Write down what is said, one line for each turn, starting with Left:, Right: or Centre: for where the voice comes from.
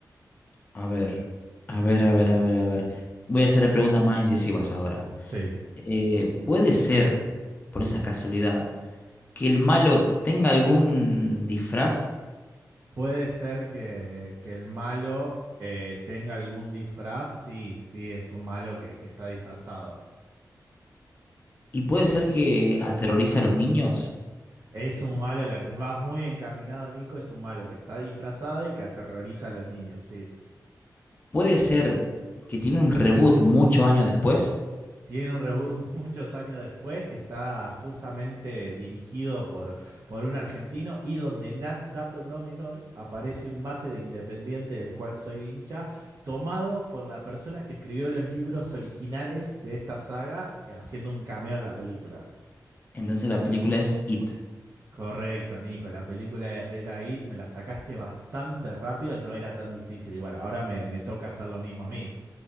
Left: A ver, a ver, a ver, a ver, a ver. Voy a hacer preguntas más incisivas ahora.
Right: Sí.
Left: Eh, ¿puede ser, por esa casualidad, que el malo tenga algún disfraz
Right: Puede ser que, que el malo eh, tenga algún disfraz. Sí, sí, es un malo que, que está disfrazado.
Left: y puede ser que aterroriza a los niños,
Right: Es un malo que at- vas muy encaminado, Nico. Es un malo que está disfrazado y que aterroriza a los niños, sí.
Left: puede ser que tiene un reboot muchos años después,
Right: Tiene un reboot <laughs> muchos años después que está justamente dirigido por, por un argentino y donde, nat- dato no menor, aparece un mate de Independiente del cual soy hincha, tomado por la persona que escribió los libros originales de esta saga, eh, haciendo un cameo en la película.
Left: entonces la película es It.
Right: Correcto, Nico, la película era It, me la sacaste bastante rápido, no era tan difícil. Igual, ahora me, me toca hacer lo mismo a mí.